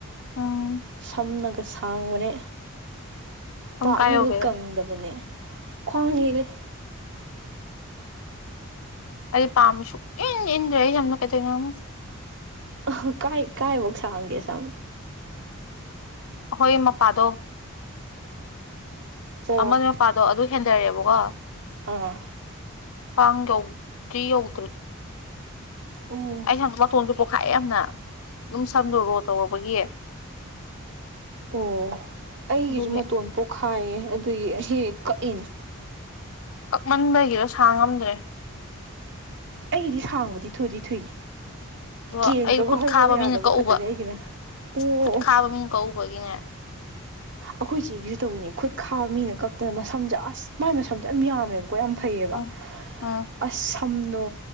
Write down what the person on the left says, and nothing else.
ꯎꯝ
ꯁꯝ
ꯀꯥꯏ ꯌꯧꯒꯦ
ꯑꯩ ꯄꯥꯝꯃꯤꯁꯨ ꯏꯟ ꯏꯟꯗ꯭ꯔꯦ ꯑꯩ ꯁꯝ ꯗꯣ ꯀꯩꯗꯧꯅꯣ ꯈꯪ
ꯑꯍꯣꯏ ꯃꯄꯥꯗꯣ
ꯑꯃ ꯃꯄꯥꯗꯣ ꯑꯗꯨ ꯍꯦꯟꯗꯔꯦꯕꯀꯣ
ꯈ꯭ꯋꯥꯡ ꯌꯧꯗ꯭ꯔꯤ ꯌꯧꯗ꯭ꯔꯤ
ꯑꯩ ꯁꯪ ꯄꯣꯁꯨ ꯄꯣꯛꯈꯥꯏ ꯌꯥꯝꯅ ꯑꯗꯨꯝ ꯁꯝꯗꯣ ꯔꯣ ꯇꯧꯔꯨꯕꯒꯤ
ꯑꯗꯨꯒꯤ
ꯀꯛꯃꯟꯕꯒꯤꯔ ꯁꯥꯡꯉꯝꯗ꯭ꯔꯦ
ꯑꯗꯣ
ꯑꯩ ꯈꯨꯠ
ꯈꯥꯕ
ꯃꯤꯅ ꯀꯛꯎꯕ
ꯈꯨꯠ
ꯈꯥꯕ ꯃꯤꯅ ꯀꯛꯎꯕꯒꯤꯅꯦ
ꯎꯝ ꯎꯝ